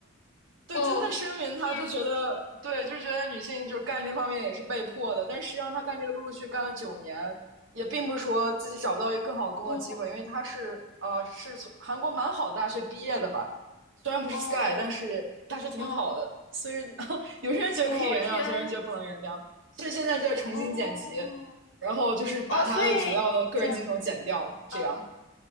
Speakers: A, on the right; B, on the left.
A: 对，
B: 哦，
A: 真的声明他就觉得，
B: 天，
A: 对，就觉得女性就是干这方面也是被迫的，但实际上他干这个陆陆续续干了九年，也并不是说自己找不到一个更好的工作机会，
B: 哦，
A: 因为他是呃是从韩国蛮好的大学毕业的吧，虽然不是
B: 哦，
A: Sky，但是大学挺好的，
B: 哦，
A: 所以 <laughs> 有些人觉得可以原谅，
B: 哦，天，
A: 有些人觉得不能原谅，所以现在就在重新剪辑，
B: 哦，
A: 然后就是把他的主要的个人镜头剪掉，
B: 哦，所以剪，
A: 这样。
B: 呃